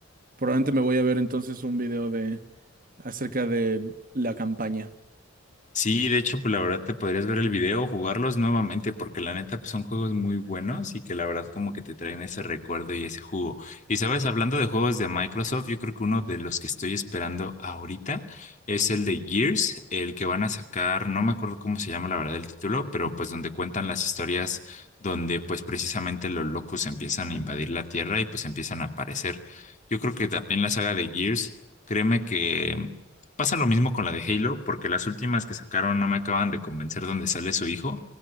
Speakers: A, on the right; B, on the left.
A: Probablemente me voy a ver entonces un video de acerca de la campaña.
B: Sí, de hecho, pues la verdad te podrías ver el video, jugarlos nuevamente, porque la neta pues, son juegos muy buenos y que la verdad como que te traen ese recuerdo y ese jugo. Y sabes, hablando de juegos de Microsoft, yo creo que uno de los que estoy esperando ahorita es el de Gears, el que van a sacar, no me acuerdo cómo se llama la verdad el título, pero pues donde cuentan las historias donde pues precisamente los locos empiezan a invadir la Tierra y pues empiezan a aparecer. Yo creo que también la saga de Gears. Créeme que Pasa lo mismo con la de Halo, porque las últimas que sacaron no me acaban de convencer dónde sale su hijo,